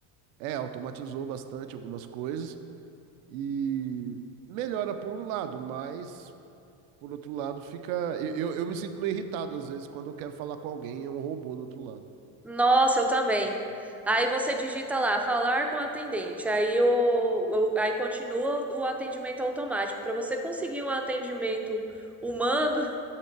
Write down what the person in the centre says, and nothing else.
Nossa, eu também. Aí você digita lá, falar com o atendente. Aí, o, o- aí continua o atendimento automático. Para você conseguir um atendimento humano,